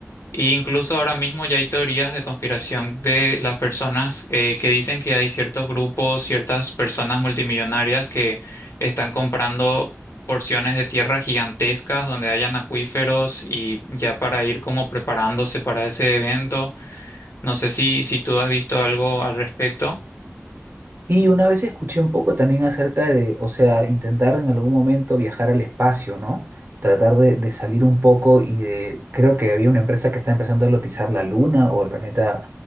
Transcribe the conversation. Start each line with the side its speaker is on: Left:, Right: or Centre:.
Left: E incluso ahora mismo ya hay teorías de conspiración de las personas eh, que dicen que hay ciertos grupos, ciertas personas multimillonarias que están comprando porciones de tierra gigantescas donde hayan acuíferos y ya para ir como preparándose para ese evento. No sé si, si tú has visto algo al respecto.
Right: Y una vez escuché un poco también acerca de, o sea, intentar en algún momento viajar al espacio, ¿no? Tratar de, de salir un poco y de, creo que había una empresa que estaba empezando a lotizar la Luna o el planeta